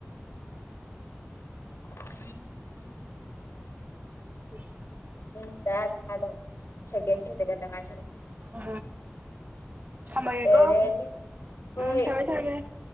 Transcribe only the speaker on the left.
ꯎꯝ
ꯎꯝ ꯇꯔꯥ ꯊꯥꯗꯧ ꯁꯦꯀꯦꯟꯖꯒ ꯇꯪ ꯉꯥꯏ
ꯂꯩꯔꯦ
ꯍꯣꯏ